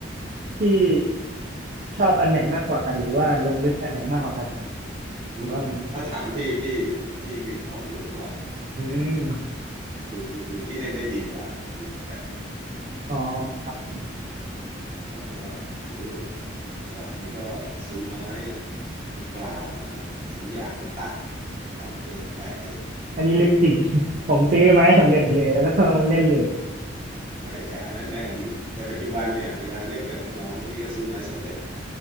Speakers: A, on the right; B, on the right.
A: พี่ชอบอันไหนมากกว่ากันหรือว่าลงลึกอันไหนมากกว่ากันครับหรือว่ามัน
B: อืมถ้าถามพี่พี่พี่ปิงปองลึกกว่า
A: อืม
B: คือคือคือพี่เล่นได้ดีกว่าดีกว่าแบด
A: อ๋อครับผม
B: ปิงปองก็โอ้เมื่อก่อนนี้ก็ซื้อไม้ไม้เปล่ามาซื้อยางมาตัดตัดเองแปะเอง
A: <laughs> อันนี้ลึกจริง <laughs>
B: ประมาณ
A: ผมซื้อไมาให้สำเร็จเลยแล้วก็เอามาเล่นเลย
B: อ่าไม่แต่อันนั้นในอดีตแต่ปัจจุบันเนี่ยเวลาเล่นกับน้องๆพี่ก็ซื้อไม้สำเร็จมา